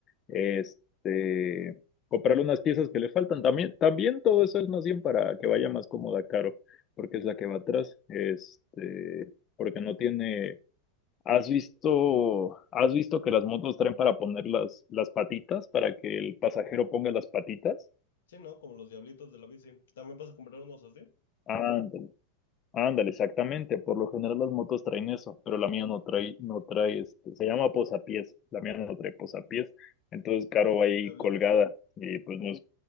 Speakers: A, on the left; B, on the left.
A: este, comprarle unas piezas que le faltan. También, también todo eso es más bien para que vaya más cómoda Caro, porque es la que va atrás. Este, porque no tiene ¿Has visto, has visto que las motos traen para poner las, las patitas, para que el pasajero ponga las patitas?
B: Sí, ¿no? Como los diablitos de la bici. ¿También vas a comprar unos así?
A: Ah, Ándale, exactamente. Por lo general las motos traen eso, pero la mía no trae, no trae, este, se llama posapiés. La mía no trae posapiés. Entonces, Caro va ahí
B: Diablitos.
A: colgada y pues no es,